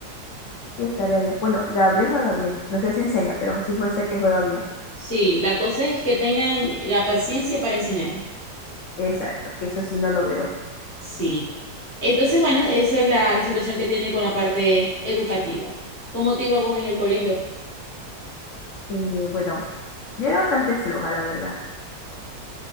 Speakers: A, on the left (about 75°); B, on the left (about 15°).
A: Sí, estaría bien. Bueno, Gabriel juega bien. No sé si enseña, pero sí jue- sé que juega bien.
B: Sí, la cosa es que tengan la paciencia para enseñar.
A: Exacto, que eso sí no lo veo.
B: Sí. Entonces, bueno, esa es la, la situación que tiene con la parte educativa. ¿Cómo te iba vos en el colegio?
A: Y bueno, yo era bastante floja, la verdad.